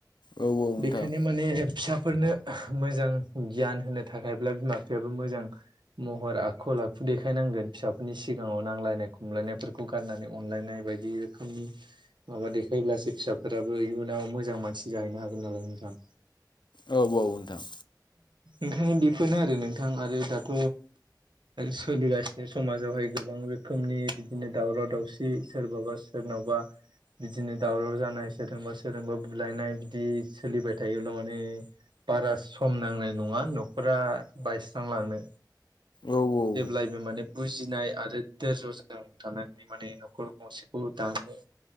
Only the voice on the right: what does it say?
बेखायनो माने फिसा फोरनो मोजां गियान होनो थाखायब्ला बिमा बिफायाबो मोजां महर आखल आखु देखायनांगोन फिसा फोरनि सिगाङाव नांलायनाय खमलायनायफोरखौ गारनानै अनलायनाय बायदि रोखोमनि माबा देखायोब्लासो फिसाफोराबो इयुनाव मोजां मानसि जाहैनो हागोन नालाय नोंथां
ओंखायनो बेफोरनो आरो नोंथां आरो दाथ' सोलिगासिनो समाजावहाय गोबां रोखोमनि बिदिनो दावराव दावसि सोरबाबा सोरनावबा बिदिनो दावराव जानाय सोरजोंबा सोरजोंबा बुलायनाय बिदि सोलिबाय थायोब्ला माने बारा सम नांनाय नङा न'खरा बायस्रांलांनो
जेब्लायबो माने बुजिनाय आरो दोरज'जों थानानै माने न'खर गंसेखौ दानो